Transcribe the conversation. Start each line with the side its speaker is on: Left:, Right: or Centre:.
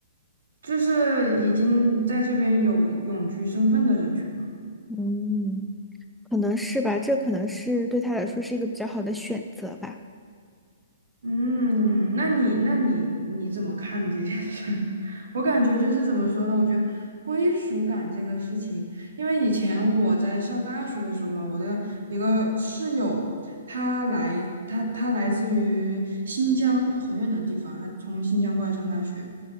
Right: 就是已经在这边有永居身份的人群嘛。
Centre: 嗯。可能是吧，这可能是对他来说是一个比较好的选择吧。
Right: 嗯，那你那你你怎么看这件事儿？<laughs> 我感觉就是怎么说呢？我觉得归属感这个事情，因为以前我在上大学的时候嘛，我的一个室友，他来他他来自于新疆，就很远的地方，他从新疆过来上大学，